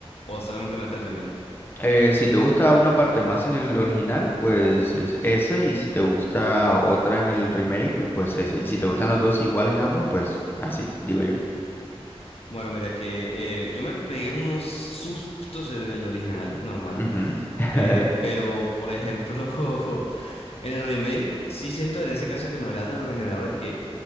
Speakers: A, on the left; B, on the left.
A: o solamente me late el remake.
B: Eh, si te gusta una parte más en el original, pues es ese. Y si te gusta otra en el remake, pues ese. Y si te gustan las dos igual en ambos, pues así, digo yo.
A: Bueno, mira que eh, yo me pegué unos sustos en el original, normal,
B: Ujú. <laughs>
A: eh, pero por ejemplo, <laughs> en el remake sí siento en ese caso que me hablabas de los regeneradores que